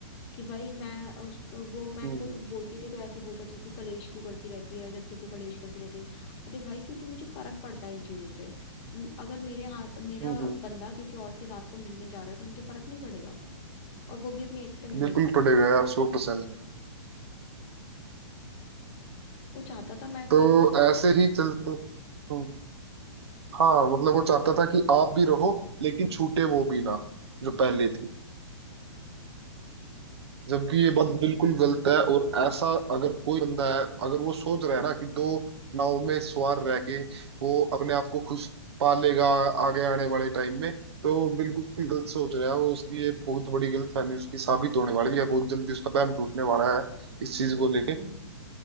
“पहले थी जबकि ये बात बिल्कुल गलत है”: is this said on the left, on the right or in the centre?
Right